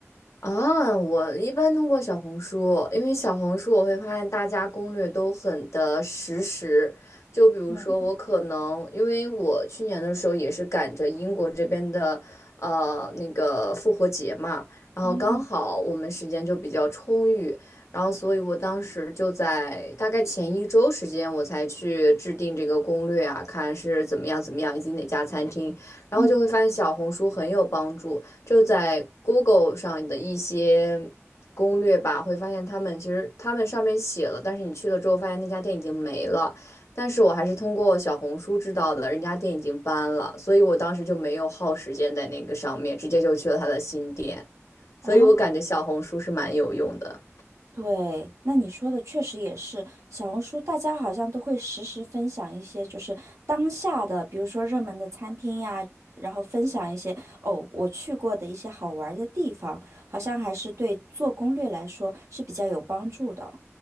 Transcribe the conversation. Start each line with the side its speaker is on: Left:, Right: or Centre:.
Left: 啊，我一般通过小红书，因为小红书我会发现大家攻略都很的实时。就比如说，
Right: 嗯。
Left: 我可能因为我去年的时候也是赶着英国这边的呃那个复活节嘛，然后刚好我们时间就比较充裕，
Right: 嗯
Left: 然后所以我当时就在大概前一周时间我才去制定这个攻略啊，看是怎么样怎么样，以及哪家餐厅，然后就会发现小红书很有帮助。
Right: 嗯，
Left: 就在 Google 上的一些攻略吧，会发现他们其实他们上面写了，但是你去了之后发现那家店已经没了。但是我还是通过小红书知道的，人家店已经搬了，所以我当时就没有耗时间在那个上面，直接就去了他的新店。
Right: 哦，
Left: 所以我感觉小红书是蛮有用的。
Right: 对，那你说的确实也是，小红书大家好像都会实时分享一些就是当下的，比如说热门的餐厅呀，然后分享一些哦我去过的一些好玩儿的地方，好像还是对做攻略来说是比较有帮助的。